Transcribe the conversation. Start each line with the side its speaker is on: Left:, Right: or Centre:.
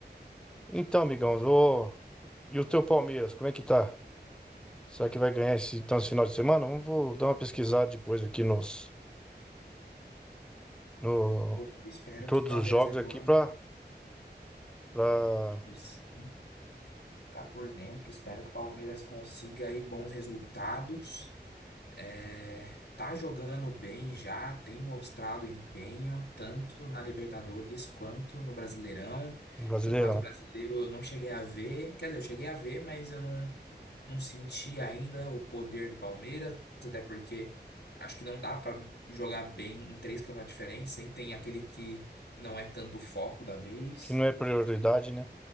Centre: Então, amigão, vou... e o teu Palmeiras, como é que tá? Será que vai ganhar esse, então, esse final de semana? Vamos vou dar uma pesquisada depois aqui nos, no,
Left: Pô, eu espero
Centre: em todos
Left: que Palmeiras
Centre: os jogos
Left: agora
Centre: aqui para para
Left: isso, ficar por dentro. Espero que o Palmeiras consiga aí bons resultados. É, tá jogando bem já, tem mostrado empenho, tanto na Libertadores quanto no Brasileirão.
Centre: Brasileirão,
Left: Campeonato Brasileiro eu não cheguei a ver, quer dizer, eu cheguei a ver, mas eu não, não senti ainda o poder do Palmeiras, até porque acho que não dá pra jogar bem em três campeonatos diferentes. Sempre tem aquele que não é tanto o foco da vez.
Centre: que não é prioridade, né?